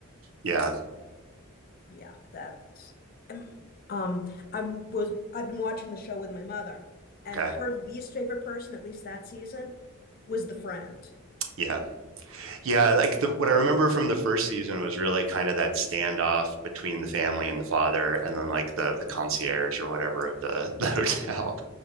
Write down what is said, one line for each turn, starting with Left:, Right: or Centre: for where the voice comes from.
Right: Yeah.
Left: Yeah, that's um um, I was I've been watching the show with my mother, and
Right: Okay.
Left: her least favorite person, at least that season, was the friend.
Right: Yeah. Yeah, like the, what I remember from the first season was really kind of that standoff between the family and the father, and then like the the concierge or whatever of the, <laughs> the hotel.